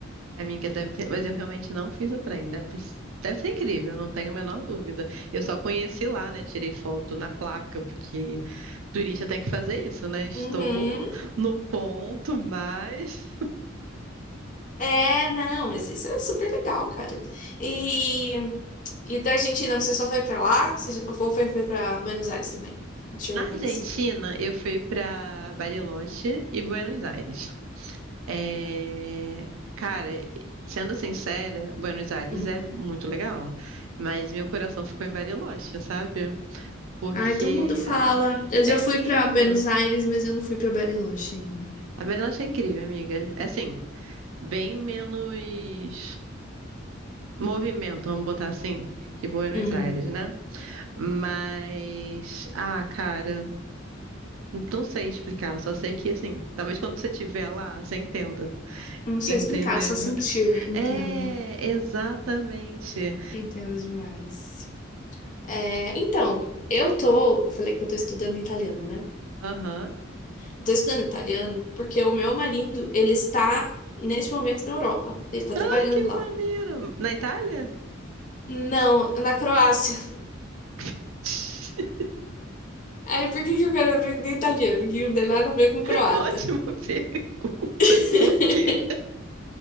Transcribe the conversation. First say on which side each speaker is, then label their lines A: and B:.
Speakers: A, on the right; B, on the left.
A: Amiga, deve ter, mas eu realmente não fiz o trem, deve, deve ser incrível, não tenho a menor dúvida. Eu só conheci lá, né? Tirei foto na placa, porque turista tem que fazer isso, né? Estou
B: Uhum.
A: no ponto, mas.
B: É, não, mas isso é super legal, cara. E, e da Argentina, você só foi pra lá? Você ou foi, foi pra Buenos Aires também? Chegou
A: Na
B: a
A: Argentina,
B: conhecer.
A: eu fui para Bariloche e Buenos Aires. É, Cara, sendo sincera, Buenos Aires
B: Hum.
A: é muito legal, mas meu coração ficou em Bariloche, sabe? Porque
B: Ai, todo mundo fala. Eu já
A: é
B: fui
A: lindo,
B: pra Buenos Aires, mas eu não fui pra Bariloche ainda.
A: A Berlanche é incrível, amiga. É assim, bem menos movimento, vamos botar assim, que Buenos
B: Uhum.
A: Aires, né? Mas, ah, cara, não sei explicar, só sei que assim, talvez quando você estiver lá, você entenda.
B: Não sei
A: Entendeu?
B: explicar, só sentir, entendo.
A: É, exatamente.
B: Entendo demais. É, então, eu tô, eu falei que eu tô estudando italiano, né?
A: Aham.
B: Estou estudando italiano porque o meu marido, ele está neste momento na Europa. Ele está trabalhando
A: Ai, que
B: lá.
A: maneiro! Na Itália?
B: Não, na Croácia.
A: <laughs>
B: <laughs> Aí por que que eu quero aprender italiano? Que não tem nada a ver com
A: É
B: croata.
A: uma ótima <laughs> pergunta.
B: <laughs>
A: Por quê?